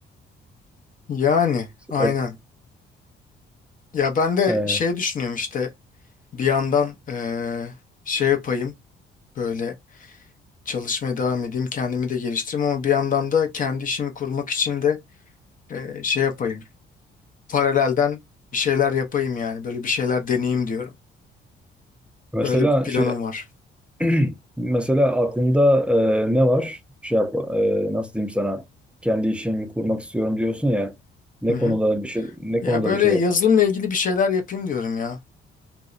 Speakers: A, on the left; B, in the centre.
A: yani aynen.
B: Evet.
A: Ya ben de
B: Ee,
A: şey düşünüyorum işte bir yandan eee, şey yapayım böyle çalışmaya devam edeyim kendimi de geliştireyim ama bir yandan da kendi işimi kurmak için de eee, şey yapayım. paralelden bir şeyler yapayım yani. Böyle bir şeyler deneyeyim diyorum.
B: mesela
A: Öyle bir planım
B: şey
A: var.
B: <clears throat> mesela aklında e, ne var? Şey yap, e, nasıl diyeyim sana? Kendi işimi kurmak istiyorum diyorsun ya. Ne
A: Hı hı.
B: konuda bir şey ne
A: Ya
B: konuda
A: böyle
B: bir şey
A: yazılımla
B: yap?
A: ilgili bir şeyler yapayım diyorum ya.